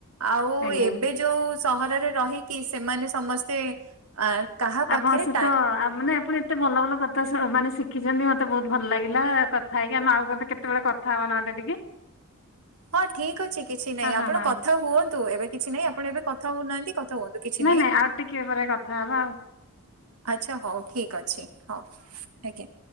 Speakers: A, on the right (about 80°); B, on the left (about 60°).
A: ଆଉ
B: ଆଜ୍ଞା।
A: ଏବେ ଯୋଉଁ ସହରରେ ରହିକି ସେମାନେ ସମସ୍ତେ ଆ କାହା ପାଖରେ
B: ଆପଣଙ୍କ ସହିତ
A: ଟା
B: ମାନେ ଆପଣ ଏ ମତେ ଭଲ ଭଲ କଥା ମାନେ ଶିଖିଛନ୍ତି ମତେ ବହୁତ ଭଲ ଲାଗିଲା କଥା ହେଇକି ଆମେ ଆଉ କ କେତେବେଳେ କଥା ତା ନା ଟିକେ
A: ହଁ ଠିକ ଅଛି କିଛି ନାହିଁ
B: ହଁ ହଁ
A: ଆପଣ
B: ହଁ
A: କଥା ହୁଅନ୍ତୁ ଏବେ କିଛି ନାଇଁ ଆପଣ ଏବେ କଥା ହଉନାହାନ୍ତି କଥା ହୁଅନ୍ତୁ। କିଛି
B: ନା ନା ଆଉ ଟିକେ ପରେ କଥା ହବା ଆଉ।
A: ଆଛା ହଉ ଠିକ ଅଛି ହଉ ଆଜ୍ଞା।